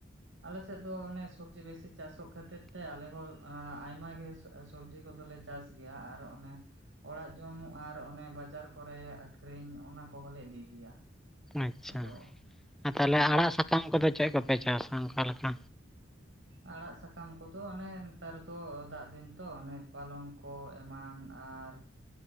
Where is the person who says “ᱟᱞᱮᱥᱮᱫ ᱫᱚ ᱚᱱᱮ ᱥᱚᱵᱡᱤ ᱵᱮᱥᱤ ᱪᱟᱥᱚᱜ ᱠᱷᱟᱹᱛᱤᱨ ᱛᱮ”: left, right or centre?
Right